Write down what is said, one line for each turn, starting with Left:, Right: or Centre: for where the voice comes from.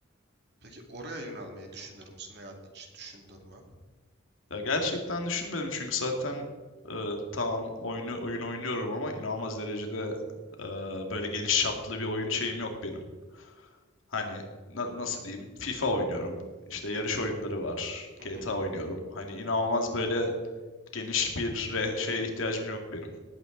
Right: Peki oraya yönelmeyi düşünür müsün veya hiç düşündün mü?
Left: Ya gerçekten düşünmedim çünkü zaten e, tamam oyunu oyun oynuyorum ama inanılmaz derecede e, böyle geniş çaplı bir oyun şeyim yok benim. Hani na- nasıl diyeyim? FIFA oynuyorum. İşte yarış oyunları var.
Right: Hı
Left: GTA
Right: hı.
Left: oynuyorum. Hani inanılmaz böyle geniş bir re- şeye ihtiyacım yok benim.